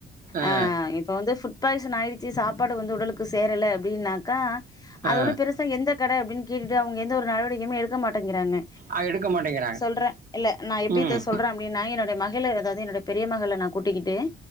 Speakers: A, on the right; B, on the left.
A: ஆ
B: அ இப்ப வந்து ஃபுட் ஃபுட் பாய்சன் ஆயிடுச்சு சாப்பாடு வந்து உடலுக்கு சேரல அப்டின்னாக்கா அது
A: ஆ
B: ஒன்னு பெரு சா எந்த கடை அப்டின்னு கேட்டுட்டு அவுங்க எந்த ஒரு நடவடிக்கையுமே எடுக்கமாட்டேங்கிறாங்க
A: அது எடுக்க மாட்டேங்கிறாங்க
B: சொல்றே இல்ல நா எப்டி
A: ம்
B: இத சொல்றே அப்டின்னா என்னோடே மகளே அதாது என்னுடைய பெரிய மகள நா கூட்டிக்கிட்டு